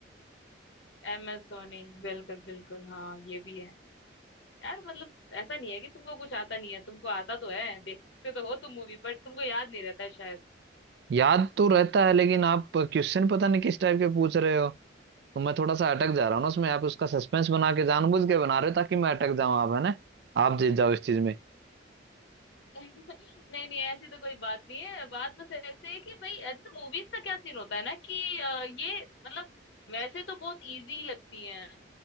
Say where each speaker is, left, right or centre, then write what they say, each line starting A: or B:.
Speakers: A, on the left (about 70°); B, on the right (about 55°).
A: एम एस धोनी बिल्कुल बिल्कुल हाँ ये भी है यार मतलब ऐसा नहीं है कि तुमको कुछ आता नहीं है तुमको आता तो है देखते तो हो तुम मूवी बट तुमको याद नहीं रहता है शायद
B: याद तो रहता है लेकिन आप क्वेश्चन पता नहीं किस टाइप के पूछ रहे हो तो मैं थोड़ा सा अटक जा रहा हूँ ना उसमें आप उसका सस्पेंस बना के जानबूझ के बना रहे हो ताकि मैं अटक जाऊं आप है ना आप जीत जाओ इस चीज में
A: <laughs> नहीं नहीं ऐसी तो कोई बात नहीं है बात बस ऐसे है कि भाई अच्छा मूवीज का क्या सीन होता है ना कि अ, ये मतलब वैसे तो बहुत इजी लगती है